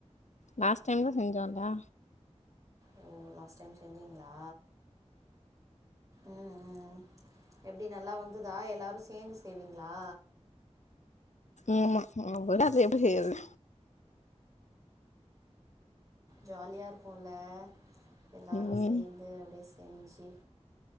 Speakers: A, on the left (about 85°); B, on the right (about 30°).
A: லாஸ்ட் டைம் தா செஞ்சோல்லா
B: ஓ லாஸ்ட் டைம் செஞ்சீங்ளா ம் ம் எப்டி நல்லா வந்துதா எல்லாரு சேந்து செய்வீங்ளா
A: ஆமா <unintelligible> எப்டி செய்யற்து
B: ஜாலியா இருக்குல எல்லாரு
A: ம்
B: சேந்து அப்டே செஞ்சி